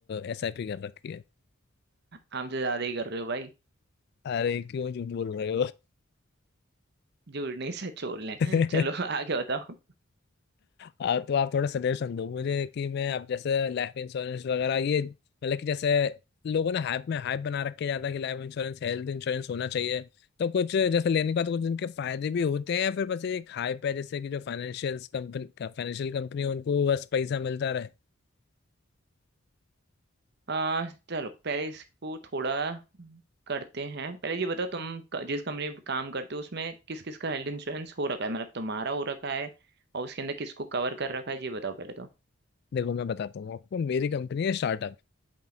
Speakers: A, on the left; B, on the right.
A: एस आई पी कर रखी है
B: हमसे ज्यादा ही कर रहे हो भाई
A: अरे क्यों झूठ बोल रहे
B: जुड़ने से छोड़ लें
A: हो
B: चलो
A: <laughs>
B: <laughs> आगे बताओ
A: आ, तो आप थोड़ा सजेशन दो मुझे कि मैं अब जैसे लाइफ इंश्योरेंस वगैरह ये मतलब कि जैसे लोगों ने हाइप में हाइप बना रखे ज्यादा कि लाइफ इंश्योरेंस हेल्थ इंश्योरेंस होना चाहिए तो कुछ जैसे लेने के बाद कुछ इनके फायदे भी होते हैं या फिर बस ये एक हाइप है जैसे कि जो फाइनेंशियल कंपनी फाइनेंशियल कंपनी है उनको बस पैसा मिलता रहे
B: आ, चलो पहले इसको थोड़ा करते हैं पहले ये बताओ तुम क- जिस कंपनी में काम करते हो उसमें किस किस का हेल्थ इंश्योरेंस हो रखा है मतलब तुम्हारा हो रखा है और उसके अंदर किसको कवर कर रखा है ये बताओ पहले तो
A: देखो मैं बताता हूँ आपको मेरी कंपनी है स्टार्टअप